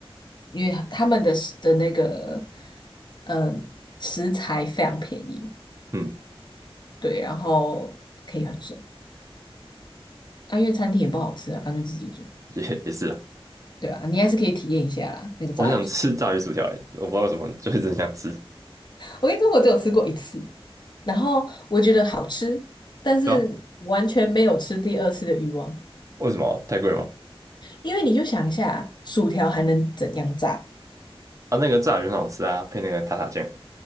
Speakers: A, on the left (about 50°); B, on the right (about 35°).
A: 因为他们的食的那个嗯呃食材非常便宜，
B: 嗯，
A: 对，然后可以很省。啊，因为餐厅也不好吃啊，干脆自己煮，
B: 也也是啊。
A: 对啊，你还是可以体验一下啦，那个炸鱼薯条。
B: 我很想吃炸鱼薯条欸，我不知道为什么，就是直很想吃。
A: 我跟你说，我只有吃过一次，然后我觉得好吃，但是完全没有吃第二次的欲望，
B: 对啊，为什么？太贵吗？
A: 因为你就想一下，薯条还能怎样炸？
B: 啊，那个炸鱼很好吃啊，配那个塔塔酱